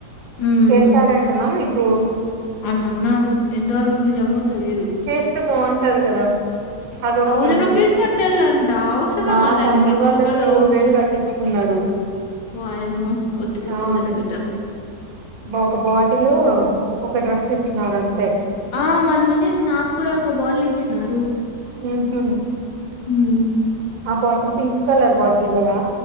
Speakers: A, on the left (about 80°); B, on the right (about 85°).
A: హ్మ్
B: చేస్తనండి <inaudible>
A: అని అన్నారు ఎంతవరకు నిజమో తెలీదు
B: చేస్తే బాగుంటది కదా అదొక
A: థౌజండ్
B: మెమొరీ
A: రూపీస్ తట్టేళంట అవసరమా
B: మా
A: దానికి
B: తమ్ముడు
A: తొక్కలో
B: వాళ్ళకి మూడు వేలు కట్టించుకున్నారు
A: వాయము వద్దుట
B: ఆ
A: థౌజండ్ బట్ట
B: బ- ఒక బాటిల్ ఒక డ్రెస్ ఇచ్చినారు అంతే
A: ఆ మజకుని స్నా కూడా ఒక బాళ ఇచ్చినారు
B: ఉహు
A: హ్మ్
B: ఆ బాటిల్ పింక్ కలర్ బాటిల్ కదా